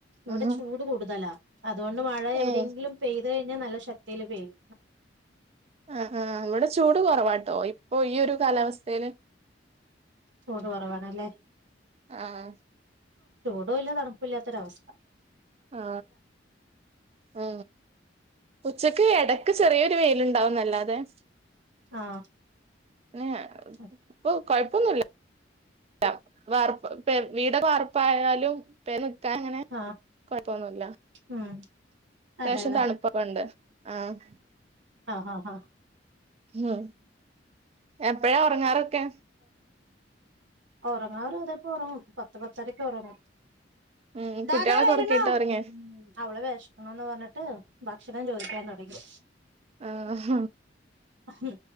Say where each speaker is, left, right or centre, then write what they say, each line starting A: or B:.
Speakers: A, on the right (about 75°); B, on the right (about 35°).
A: ഇവിടെ
B: ആഹാ
A: ചൂട് കൂടുതലാ അതുകൊണ്ട് മഴ എവിടെെങ്കിലും
B: ഏഹ്
A: പെയ് അത് കഴിഞ്ഞ നല്ല ശക്തിയില് പെയ്യും
B: ആ ആ ഇവിടെ ചൂട് കുറവാട്ടോ ഇപ്പ് ഓ ഈ ഒരു കാലാവസ്ഥയില്-
A: ചൂട് കുറവണല്ലേ?
B: ആ
A: ചൂടും ഇല്ല തണപ്പില്ലാത്തൊരവസ്ഥ
B: ആ ആ ഉച്ചക്ക് ഇടക്ക് ചെറിയൊരു വെയിലുണ്ടാവുന്നല്ലാതെ- പേസ്
A: ആഹ്
B: <unintelligible> ന്
A: അതെ
B: ഇപ്പൊ കൊഴ് <inaudible> വാർപ്പ് പ്പെ വീട് വാർ ഇപ്പായാലും പേന്ന്- നിക്കങ്ങനെ
A: ആഹ്
B: കുഴപ്പൊന്നുല്ല
A: ഉം
B: അത്യാവശ്യം
A: അതെല്ലേ
B: തണുപ്പൊക്കെണ്ട് ആഹ-
A: ഹാ ഹ ഹ
B: ങ്ങ് എപ്പഴാ ഉറങ്ങാറൊക്കെ
A: ഉറങ്ങാറു അതെ തിപ്പോ ഉറങ്ങും പത്ത് പത്തരക്ക് ഉറങ്ങും
B: ഉം
A: ദാദാ
B: കുട്ടികളൊക്കെ
A: വരണു
B: ഉറക്കിയിട്ടാ ഉറങ്ങിയേ
A: അവള വെശക്കുണൂന്ന് പറഞ്ഞിട്ട് ഭക്ഷണം ചോദിക്കാൻ തൊടങ്ങി
B: ആ ഹ
A: അഹ്